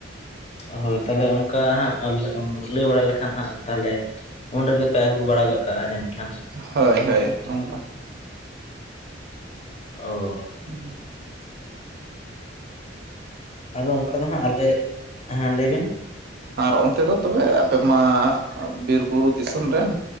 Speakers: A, on the left; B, on the right.
A: ᱦᱳᱭ ᱛᱟᱦᱞᱮ ᱚᱱᱠᱟ ᱦᱟᱸᱜ ᱞᱟᱹᱭ ᱵᱟᱲᱟ ᱞᱮᱠᱷᱟᱱ ᱦᱟᱸᱜ ᱛᱟᱦᱚᱞᱮ ᱚᱰᱮ ᱜᱮᱯᱮ ᱟᱹᱜᱩ ᱵᱟᱲᱟ ᱠᱚᱫ ᱠᱟᱜᱼᱟ ᱡᱟᱹᱱᱤᱡ ᱠᱷᱟᱱ?
B: ᱦᱳᱭ ᱦᱳᱭ ᱚᱱᱠᱟ᱾
A: ᱚᱻ
B: ᱩᱸ
A: ᱟᱫᱚ ᱚᱱᱠᱟ ᱫᱚ ᱦᱟᱸᱜ ᱟᱞᱮ, ᱦᱮᱸ ᱞᱟᱹᱭᱵᱤᱱ
B: ᱟᱨ ᱚᱱᱛᱮ ᱫᱚ ᱛᱚᱵᱮ ᱟᱯᱮ ᱢᱟ ᱵᱤᱨ ᱵᱩᱨᱩ ᱫᱤᱥᱚᱢ ᱨᱮᱱ,